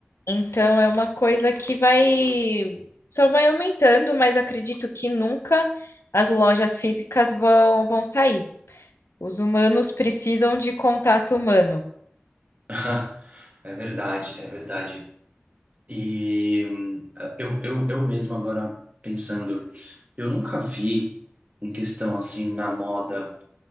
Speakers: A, on the left; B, on the right.
A: Então é uma coisa que vai só vai aumentando, mas acredito que nunca as lojas físicas vão, vão sair. Os humanos precisam de contato humano.
B: <laughs> É verdade, é verdade. E hum, eu, eu, eu mesmo agora pensando, eu nunca vi em questão assim na moda.